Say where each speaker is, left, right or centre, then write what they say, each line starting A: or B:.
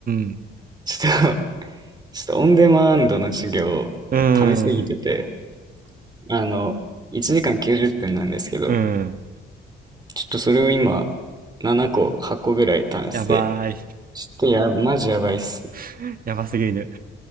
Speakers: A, on the right; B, on the right.
A: ん。
B: ちょっと <laughs> ちょっとオンデマンドの授業を溜すぎてて、
A: うーん。
B: あの、1時間90分なんですけど、
A: うん。
B: ちょっとそれを今、7個、8個ぐらい試して、
A: やばい。
B: ちょっとや、マジやばいっす。
A: <laughs> やばすぎる。